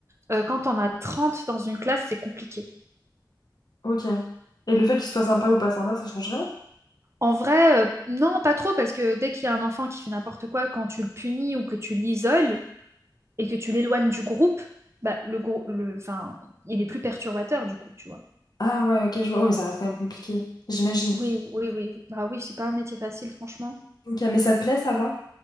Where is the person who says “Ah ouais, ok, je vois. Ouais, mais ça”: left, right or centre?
Left